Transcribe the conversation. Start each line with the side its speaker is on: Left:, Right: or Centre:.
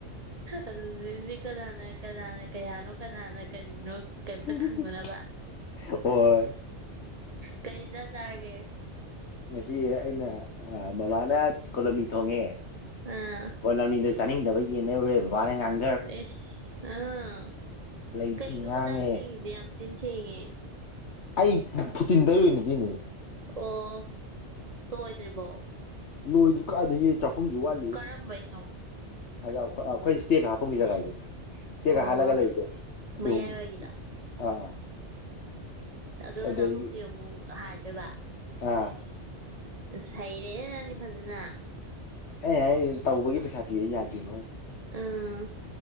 Right: ꯑꯗꯨꯗꯗꯤ ꯀꯅꯥꯅ ꯀꯅꯥꯅ ꯀꯌꯥꯅꯣ ꯀꯅꯥꯅ ꯀꯔꯤꯅꯣ ꯀꯩꯝꯇ
Left: <unintelligible>
Right: ꯈꯪꯗꯅꯕ
Left: ꯍꯣꯏ
Right: ꯀꯩ ꯏꯟꯖꯥꯡ ꯆꯥꯔꯒꯦ
Left: ꯉꯁꯤ ꯑꯩꯅ ꯕꯕꯥꯅ ꯀꯣꯂꯝꯣꯃꯤ ꯊꯣꯡꯉꯦ
Right: ꯑꯥ
Left: ꯀꫭꯂꯝꯅꯤꯗꫭ ꯆꯥꯅꯤꯡꯗꯕꯩ ꯌꯦꯟ ꯂꯩꯔꯨꯔꯦ ꯕꯕꯥꯅ ꯉꯥꯅꯨ
Right: ꯑꯦꯁ ꯑꯥ
Left: ꯂꯩ
Right: ꯀꯩꯒꯤꯅꯣꯕ
Left: ꯉꯥꯡꯉꯦ
Right: ꯆꯥꯛ ꯊꯦꯡꯉꯤꯁꯦ ꯌꯥꯝ ꯇꯤꯟ ꯊꯦꯡꯉꯦ
Left: ꯑꯩ ꯐꯨꯇꯤꯟ ꯇꯩꯔꯨꯏꯅꯦ ꯑꯗꯨꯏꯅꯦ
Right: ꯑꯣ ꯂꯉꯣꯏꯗ꯭ꯔꯤꯕꯣ
Left: ꯂꯣꯏꯗ꯭ꯔꯤ ꯀꯥꯏꯗꯒꯤ ꯆꯥꯛꯈꯨꯝꯁꯨ ꯋꯥꯠꯂꯤ
Right: ꯀꯔꯝꯕꯩꯅꯣ
Left: ꯍꯥꯏꯗꯤ ꯑꯈꯣꯏ ꯑꯈꫭꯏ ꯏꯁ꯭ꯇꯦꯔ ꯀꯥꯈꯠꯄꯝꯒꯤ ꯖꯒꯥꯥꯏꯗꯣ ꯏꯁ꯭ꯇꯦꯔ
Right: ꯑꯣ
Left: ꯀꯥꯈꯠꯂꯒ ꯂꯩꯕꯗꯣ ꯑꯗꯨꯃꯨ
Right: ꯃꯌꯥꯏꯋꯥꯏꯒꯤꯗꯣ
Left: ꯑꯥ
Right: ꯑꯗꯨꯒ
Left: ꯑꯗꯒꯤ
Right: ꯆꯥꯛꯈꯨꯝꯒꯤ ꯑꯃꯨꯛ ꯍꯥꯏꯗꯣꯏꯕ
Left: ꯑꯥ
Right: ꯑ ꯍꯩꯔꯦ ꯔꯅꯤ ꯐꯖꯅ
Left: ꯑꯦ ꯑꯩ ꯇꯧꯕꯒꯤ ꯄꯩꯁꯥ ꯄꯤꯕ ꯌꯥꯗꯦꯅꯨ
Right: ꯎꯝ